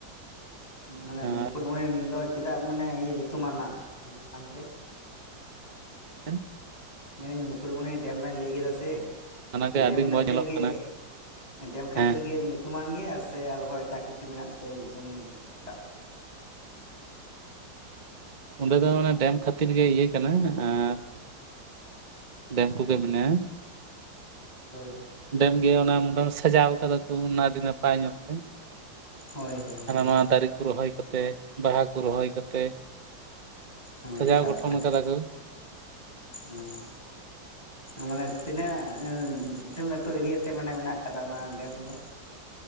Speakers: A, on the left; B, on the right.
A: ᱢᱟᱱᱮ ᱢᱩᱠᱩᱴᱢᱩᱱᱤᱱ
B: ᱟᱨ
A: ᱫᱚ ᱪᱤᱫᱟᱜ ᱢᱟᱱᱮ ᱤᱭᱟᱹ ᱧᱩᱛᱩᱢᱟᱱᱟᱜ ᱠᱟᱱᱛᱮ
B: ᱮᱱ
A: ᱢᱮᱱᱫᱟᱹᱧ ᱢᱩᱠᱩᱴᱢᱩᱱᱤ ᱰᱮᱢ ᱵᱮᱧ ᱞᱮᱭ ᱠᱮᱫᱟ ᱥᱮ
B: ᱚᱱᱟᱜᱮ
A: ᱰᱮᱢ
B: ᱟᱹᱰᱤ ᱢᱚᱸᱡᱽ
A: ᱠᱷᱟᱹᱛᱤᱨ
B: ᱧᱮᱞᱚᱜ
A: ᱜᱮ
B: ᱠᱟᱱᱟ
A: ᱰᱮᱢ ᱠᱷᱟᱹᱛᱤᱨ
B: ᱦᱮᱸ
A: ᱜᱮ ᱧᱩᱛ ᱛᱩᱢᱟᱱ ᱜᱮᱭᱟ ᱥᱮ ᱟᱨᱦᱚᱸ ᱮᱴᱟᱜ ᱠᱤᱪᱷᱩ ᱢᱮᱱᱟᱜ ᱛᱮ ᱧᱩᱛᱩᱢ ᱨᱟᱠᱟᱵ
B: ᱚᱸᱰᱮ ᱫᱚ ᱢᱟᱱᱮ ᱰᱮᱢ ᱠᱷᱟᱹᱛᱤᱨ ᱜᱮ ᱤᱭᱟᱹ ᱠᱟᱱᱟ ᱟᱨ ᱰᱮᱢ ᱠᱚᱜᱮ ᱵᱮᱱᱟᱜᱼᱟ
A: ᱦᱳᱭ ᱦᱳᱭ
B: ᱰᱮᱢ ᱜᱮᱭᱟ ᱚᱱᱟ ᱢᱚᱴᱟ ᱥᱟᱡᱟᱣ ᱠᱟᱫᱟ ᱠᱩ ᱚᱱᱟ ᱟᱹᱰᱤ ᱱᱟᱯᱟᱭ ᱧᱚᱜ ᱛᱮ
A: ᱦᱳᱭ ᱦᱳᱭ
B: ᱦᱟᱱᱟ ᱱᱚᱣᱟ ᱫᱟᱨᱮ ᱠᱚ ᱨᱚᱦᱚᱭ ᱠᱟᱛᱮᱜ ᱵᱟᱦᱟ ᱠᱚ ᱨᱚᱦᱚᱭ ᱠᱟᱛᱮᱜ
A: ᱦᱳᱭ
B: ᱥᱟᱡᱟᱣ
A: ᱚᱠᱟ
B: ᱜᱚᱴᱷᱚᱱ
A: ᱞᱮᱠᱟ
B: ᱠᱟᱫᱟ ᱠᱚ
A: ᱦᱳᱭ ᱟᱞᱟᱝᱟᱜ ᱛᱤᱱᱟᱹᱜ ᱛᱤᱱᱟᱹᱜ ᱞᱟᱹᱴᱩ ᱮᱨᱤᱭᱟ ᱛᱮ ᱢᱟᱱᱮ ᱢᱮᱱᱟᱜ ᱠᱟᱫᱟ ᱚᱱᱟ ᱰᱮᱢ ᱫᱚ